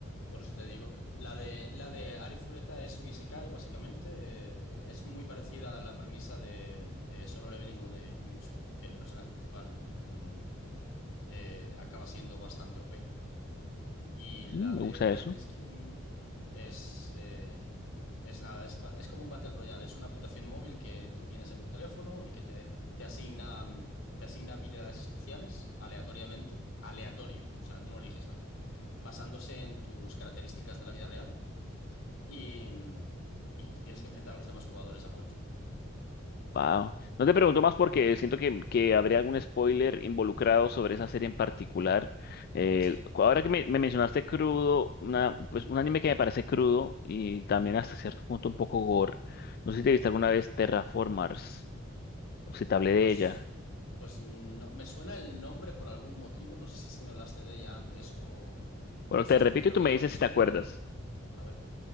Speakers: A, on the left; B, on the left.
A: por eso te digo, la de, la de Ari Fureta es un isekai, básicamente. eh, es muy parecida a la premisa de, de Solo Leveling o de Jujutsu, que el personaje principal mm, eh, acaba siendo bastante OP. Y la
B: Mm, me
A: de
B: gusta
A: Darwin's
B: eso.
A: Game es, eh, es nada, es, pa- es como un Battle Royale, es una aplicación móvil que tú tienes en tu teléfono y que te, te asigna, mm, te asigna habilidades especiales aleatoriamente, aleatorio, o sea, tú no eliges nada, basándose en tus características de la vida real y, mm, y te tienes que enfrentar a los demás jugadores a muerte.
B: Wow. No te pregunto más porque siento que, que habría algún spoiler involucrado sobre esa serie en particular. Eh,
A: Sí,
B: ahora que me, me mencionaste crudo, una, pues un anime que me parece crudo y también hasta cierto punto un poco gore. No sé si te viste alguna vez Terraformars o si te hablé
A: pues,
B: de ella.
A: pues no, me suena el nombre por algún motivo, no sé si es que me hablaste de ella antes o,
B: Bueno,
A: o si
B: te
A: es
B: repito
A: porque lo
B: y tú
A: vi
B: me
A: en
B: dices
A: algún sitio,
B: si te acuerdas.
A: pero... A ver.